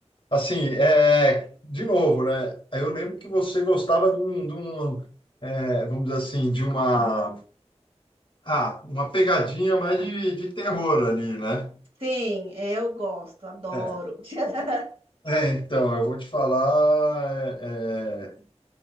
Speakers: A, on the left; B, on the right.
A: assim, é, de novo, né? Eu lembro que você gostava de um, de um, é, vamos dizer assim, de uma, ah, uma pegadinha mais de, de terror ali, né?
B: Sim, é, eu gosto, adoro.
A: É.
B: <laughs>
A: É, então, eu vou te falar, é,